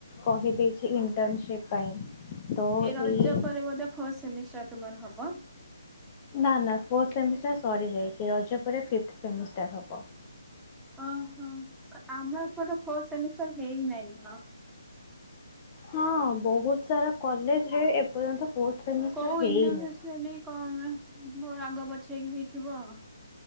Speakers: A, on the left; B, in the centre.
A: କହି ଦେଇଚି, ଇଣ୍ଟର୍ନସିପ୍ ପାଇଁ। ତ
B: ଏ ରଜ
A: ଏଇ
B: ପରେ ବଦେ ଫୋର୍ ସେମିଷ୍ଟାର୍ ତୁମର୍ ହବ।
A: ନା ନା ଫୋର୍ ସେମିଷ୍ଟାର୍ ସରି ଯାଇଚି, ରଜ ପରେ ଫିପ୍---ସେମିଷ୍ଟାର୍ ହବ।
B: ଆମ ଏପଟେ ଫୋର୍ ସେମିଷ୍ଟାର୍ ହେଇ ନାଇଁ।
A: ହଁ! ବହୁ ସାରା କଲେଜ୍‌ ରେ ଏପଯନ୍ତ ଫୋର୍ଥ ସେମିଷ୍ଟାର୍
B: କୋଉ
A: ହେଇନି।
B: <inaudible>